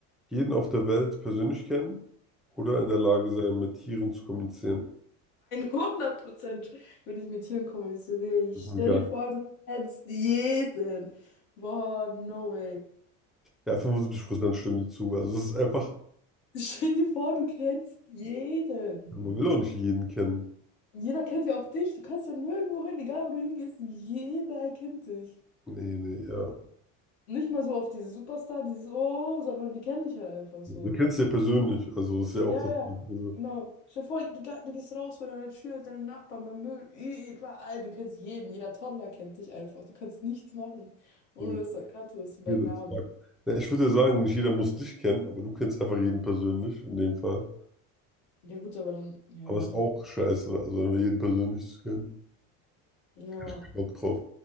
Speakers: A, in the centre; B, on the left.
A: jeden auf der Welt persönlich kennen oder in der Lage sein, mit Tieren zu kommunizieren?
B: 100 Prozent würde ich mit Tieren kommunizieren. Ich stell
A: Egal.
B: dir vor, du kennst jeden. Boah, no way.
A: Ja, 75% stimmen dir zu. Also es ist einfach,
B: Stell dir vor, du kennst jeden.
A: man will auch nicht jeden kennen.
B: Jeder kennt ja auch dich. Du kannst ja nirgendwo hin, egal wo du hingehst. Jeder erkennt dich.
A: Nee, nee, ja.
B: Nicht mal so auf diese Superstar, dieses Oh, sondern die kennen dich halt einfach so.
A: Du kennst ja persönlich, also das ist ja auch
B: Ja,
A: das
B: ja.
A: Ding. Also,
B: Genau. Stell dir vor, du, ge- du gehst raus vor deiner Tür, deine Nachbarn beim Müll, überall. Du kennst jeden. Jeder Toddler kennt dich einfach. Du kannst nichts machen, ohne
A: wo
B: dass du erkannt wirst
A: wir
B: bei Namen.
A: das fragen. ja, ich würde ja sagen, nicht jeder muss dich kennen, aber du kennst einfach jeden persönlich in dem Fall.
B: Ja, gut, aber dann. Ja,
A: Aber
B: okay.
A: es ist auch scheiße, also einfach jeden persönlich zu kennen.
B: Ja.
A: Kein Bock drauf.